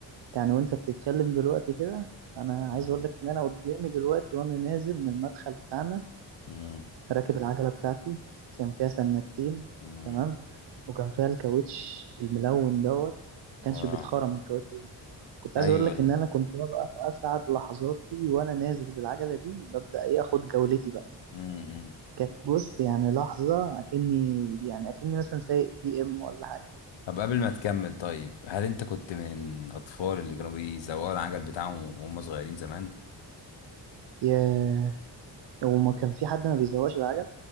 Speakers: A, on the right; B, on the left.
A: يعني وانت بتتكلم دلوقتي كده انا
B: مم،
A: عايز اقول لك ان انا قدامي دلوقتي وانا نازل من المدخل بتاعنا
B: مم،
A: راكب العجله بتاعتي كان فيها سنتين
B: مم،
A: تمام وكان فيها الكاوتش الملون دوت ما كانش
B: اه
A: بيتخرم الكاوتش ده كنت عايز
B: ايوه
A: اقول لك
B: ال...
A: ان انا كنت ببقى في اسعد لحظاتي وانا نازل بالعجله دي ببدا ايه اخد جولتي بقى
B: مم، مم.
A: كانت بص يعني لحظه اكني يعني اكني مثلا سايق بي ام ولا حاجه
B: طب قبل ما تكمل طيب هل انت كنت من الاطفال اللي كانوا بيزوقوا العجل بتاعهم وهم صغيرين زمان
A: ياه هو ما كان في حد ما بيزوقش العجل